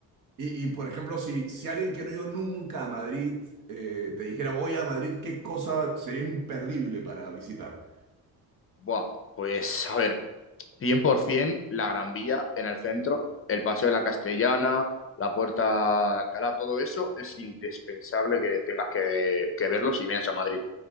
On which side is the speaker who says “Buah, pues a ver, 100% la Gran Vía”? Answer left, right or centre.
Left